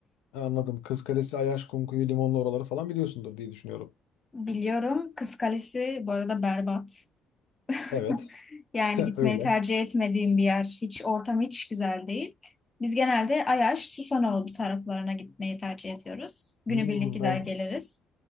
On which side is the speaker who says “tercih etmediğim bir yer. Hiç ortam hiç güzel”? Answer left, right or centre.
Left